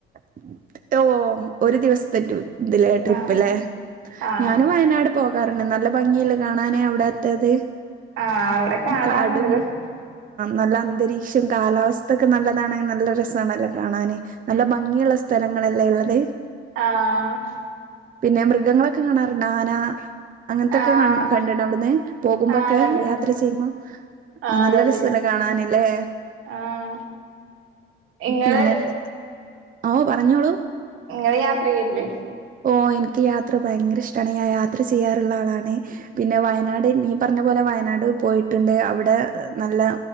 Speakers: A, on the right; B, on the right.
A: <unintelligible> ഒരു ദിവസത്തെറ്റും എതിലേ ട്രിപ്പല്ലെ
B: ആഹ് ആഹ്
A: ഞാനും വയനാട് പോകാറുണ്ട് നല്ല ഭംഗിയല്ലേ കാ കാണാന് അവിടുത്തത്
B: ആഹ് അവിടെ കാണാൻ
A: കാടും
B: നല്ല രസം
A: നല്ല അന്തരീക്ഷം കാലാവസ്ഥൊക്കെ നല്ലതാണെ നല്ല രസണല്ല കാണാന് നല്ല ഭംഗിയുള്ള സ്ഥലങ്ങളല്ലേ ള്ളത്
B: ആഹ്
A: പിന്നെ മൃഗങ്ങളൊക്കെ കാണാറുണ്ട് ആന അങ്ങനത്തൊക്കെ
B: ആഹ്
A: കാ കണ്ടിണ്ട് അവിടുന്ന് പോകുമ്പോക്കെ
B: ആഹ് കണ്ട്
A: യാത്ര ചെയ്യുംപ
B: ആഹ്
A: ആ നല്ല
B: കണ്ട്
A: രസല്ലേ കാണാനില്ലേ
B: ആഹ് ഇങ്ങള്
A: പിന്നെ എന്ത് ഓ പറഞ്ഞോളൂ
B: നിങ്ങള് യാത്ര ചെയ്യല്ലേ
A: ഓ എനിക്ക് യാത്ര ഭയങ്കര ഇഷ്ടമാണ് ഞാൻ യാത്ര ചെയ്യാറുള്ള ആളാണ് പിന്നെ വയനാട് നീ പറഞ്ഞ പോലെ വയനാട് പോയിട്ടുണ്ട് അവിടെ നല്ല